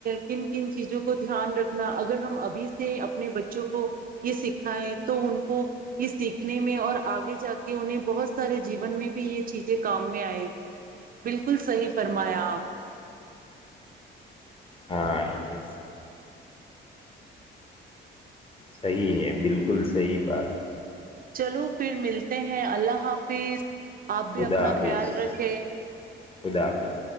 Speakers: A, on the right; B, on the left.
A: کن کن چیزوں کو کو دھیان رکھنا ا اگر ہم ابھی سے اپنے بچوں کو یہ سکھائے تو ان کو یہ سیکھنے میں اور آگے جا کے انہیں بہت سارے جیون میں بھی یہ چیزیں کام میں آئے گی بالکل صحیح فرمایا آپ نے
B: ہاں یہ صحیح ہے بالکل صحی بات
A: چلو پھر ملتے ہیں اللہ حافظ آپ بھی
B: خدا
A: اپنا
B: حافظ
A: خیال رکھے
B: خدا حافظ